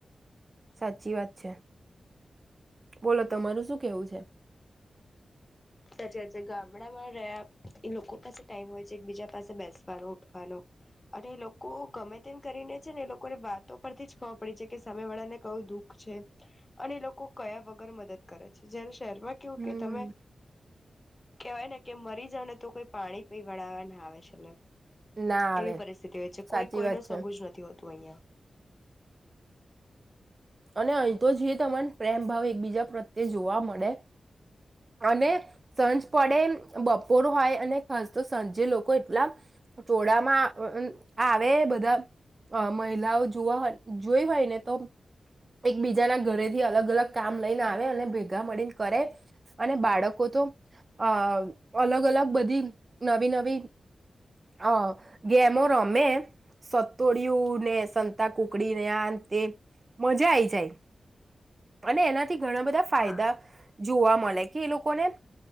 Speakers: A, on the right; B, on the left.
A: સાચી વાત છે, બોલો તમારું શું કેવું છે?
B: સાચી વાત છે ગામડામાં રહ્યા એ લોકો પાસે ટાઈમ હોય છે એકબીજા પાસે બેસવાનો ઉઠવાનો, અને લોકો ગમે તેમ કરીને છે ને એ લોકોને વાતો પરથી જ ખબર પડીે છે કે સામે વાળાને કયું દુઃખ છે, અને લોકો કયા વગર મદદ કરે છે જે શહેરમાં કેવું
A: હમ
B: કે તમે કહેવાયને કે મરી જઓ ને તો કોઈ પાણી પીવડાવા ના આવે છે.
A: ના આવે
B: એવી પરિસ્થિતિ હોય છે
A: સાચી
B: કોઈ કોઈનું
A: વાત છે
B: સગું જ નથી હોતું અહિયાં.
A: અને અહીં તો જે તમાને પ્રેમ ભાવ એકબીજા પ્રત્યે જોવા મળે અને સાંજ પડે બપોર હોય અને ખાસ તો સાંજે લોકો એટલા ટોળામાં આવે બધા મહિલાઓ જોવા જોઈ હોયને તો એકબીજાના ઘરેથી અલગ અલગ કામ લઈને આવે અને ભેગા મળીને કરે. અને બાળકો તો, અ અલગ અલગ બધી નવી નવી અ ગેમો રમે, સતોડીયુંને સંતા કુકડીને આ તે મજા આઈ જાય અને એના થી ઘણા બધા ફાયદા
B: હા
A: જોવા મળે. કે લોકો ને